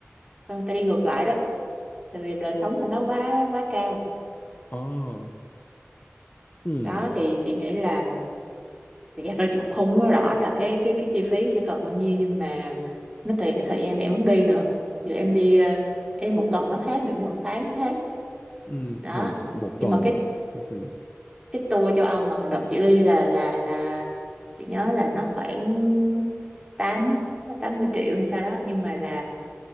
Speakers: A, on the right (about 15°); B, on the left (about 35°).
A: tao tao đi ngược lại đó tại vì đời sống mình nó quá quá cao
B: Ồ. Ừ.
A: đó thì chị nghĩ là thì thật ra là chị cũng không nói rõ là cái cái cái chi phí sẽ cần bao nhiêu nhưng mà nó tùy cái thời gian mà em muốn đi nữa dù em đi ờ, em đi một tuần nó khác mà em đi một tháng nó khác
B: Ừ,
A: đó
B: hồi một
A: nhưng
B: tuần.
A: mà cái
B: Ừ, ừ.
A: cái tour châu Âu mà hồi đợt chị đi là là là chị nhớ là nó khoảng tám tám mươi triệu hay sao đó nhưng mà là